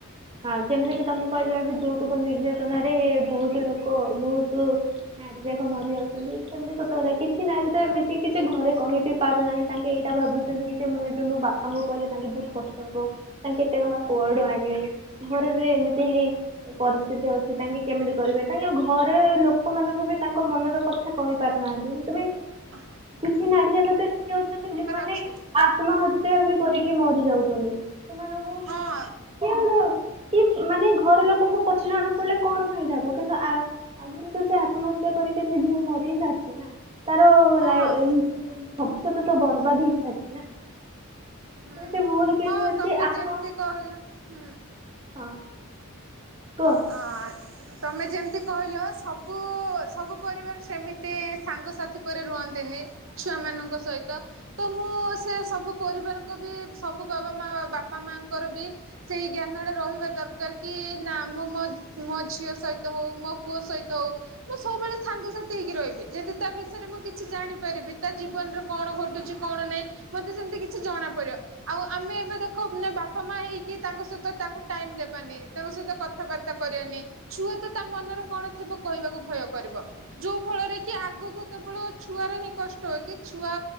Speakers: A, on the right; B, on the right.
A: ହଁ ଯେମିତିକି ତମେ କହିଲ ଏ ଯୋଉତୁକ ନିର୍ଯାତନ ାରେ ବହୁତ ଲୋକ ବହୁତ ନାରୀ ଯାକ ମରି ଯାଉଛନ୍ତି ସେମତି କତବ କିଛି ନାରୀ ତ ଏମିତି କିଛି ଘରେ କହିବି। ପାରୁନାହାଁ ତାଙ୍କେ ଏଇଟା ଭାବୁଛନ୍ତି କି ଯେ ମୁଁ ଏବେ ମୋ ବାପା ତାଙ୍କୁ କହିଲେ ତାଙ୍କୁ ବହୁତ କଷ୍ଟ ହବ ତାଙ୍କ କେତେ ଟଙ୍କା କୁଆଡୁ ଆଣିବେ ଘରରେ ଏମିତି ହେଇ ପରିସ୍ଥିତି ଅଛି ତାଙ୍କେ କେମିତି କରିବେ ତାଙ୍କ ଘରେ ଲୋକମାନଙ୍କୁ ବି ତାଙ୍କ ମନର କଥା ଏ କହିପାରୁନାହାନ୍ତି ତୁମେ
B: ଅ
A: କିଛି ନାରୀ ଜାଗତ ଏମିତି ଅଛନ୍ତି ଯୋଉମାନେ
B: ଅଛି
A: ଆତ୍ମହ୍ୟା
B: ହୁଁ
A: ବି କରିକି ମରି ଯାଉଛନ୍ତି ସେମାନଙ୍କୁ
B: ହଁ
A: କେ କି ମାନେ ଘର ଲୋକଙ୍କୁ ପଛ ଜଣା ପଡିଲେ କଣ ଫାଇଦା ହବ କିନ୍ତୁ ଆ ଆଗରୁ ତ ସେ ଆତ୍ମହତ୍ୟା କରିକି ସେ ଝିଅ ମରିି ସାରିଛି ନା ତାର ଭବିଷ୍ୟତ
B: ହଁ
A: ତ ବର୍ବାଦ ହେଇସାରିଛି ନା
B: ହୁଁ
A: ଏମିତି ବହୁତ କିହି
B: ହଁ
A: ଅଉଛି
B: ତମେ
A: ଆମ
B: ଯେମିତି କହିଲ ହୁଁ
A: ହଁ କ
B: ହଁ ତମେ ଯେମିତି କହିଲ ସବୁ ସବୁ ପରିବାର ସେମିତି ସାଙ୍ଗସାଥି ପରେ ରୁହନ୍ତିନି ଛୁଆ ମାନଙ୍କ ସହିତ ତ ମୁଁ ସେ ସବୁ ପରିବାରଙ୍କ ବି ସବୁ ବାବା ମା ବାପା ମାଙ୍କର ବି ସେଇ ଜ୍ଞାନ ଟା ରହିବା ଦରକାର କି ନା ମୁଁ ମୋ ମୋ ଝିଅ ସହିତ ହଉ ମୋ ପୁଅ ସହିତ ହଉ ମୁଁ ସବୁବେଳେ ସାଙ୍ଗସାଥି ହେଇକି ରହିବି ଯେମିତି ତା ବିଷୟରେ ମୁଁ କିଛି ଜାଣିପାରିବି ତା ଜୀବନର କଣ ଘଟୁଛି କଣ ନାହିଁ ମତେ ସେମିତି କିଛି ଜଣାପଡିବ ଆଉ ଆମେ ଏବେ ଦେଖ <unintelligible> ବାପା ମା ହେଇକି ତାଙ୍କ ସହିତ ତାଙ୍କୁ ଟାଇମ ଦେବାନି ତାଙ୍କ ସହିତ କ କଥାବାର୍ତ୍ତା କରିବାନି ଛୁଆ ତ ତା ମନରେ କଣ ଥିବ କହିବାକୁ ଭୟ କରିବ। ଯୋଉ ଫଳରେ କି ଆଗକୁ କେବଳ ଛୁଆର ହିଁ କଷ୍ଟ। କି ଛୁଆ